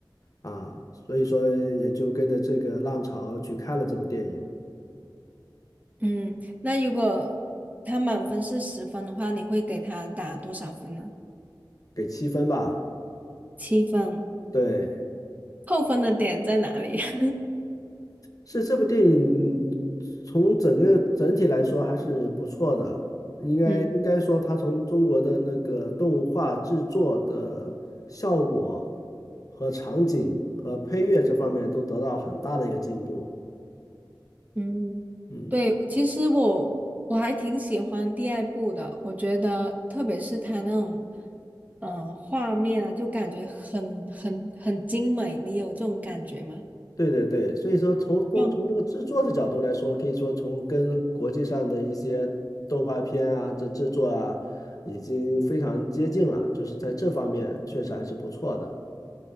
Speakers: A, on the left; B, on the right.
A: 啊，所以说也就跟着这个浪潮去看了这部电影，
B: 嗯，那如果他满分是十分的话，你会给他打多少分呢？
A: 给七分吧。
B: 七分，
A: 对，
B: 扣分的点在哪里？<laughs>
A: 是这部电影从整个整体来说还是不错的，应该应该说它从中国的那个动画制作的效果
B: 嗯
A: 和场景和配乐这方面都得到很大的一个进步。
B: 嗯，
A: 嗯，
B: 对，其实我我还挺喜欢第二部的，我觉得特别是他那种嗯、呃画面啊，就感觉很很很精美，你有这种感觉吗？
A: 对对对，所以说从光从这个制作的角度来说，
B: 嗯，
A: 可以说从跟国际上的一些动画片啊，这制作啊，已经非常接近了，就是在这方面确实还是不错的。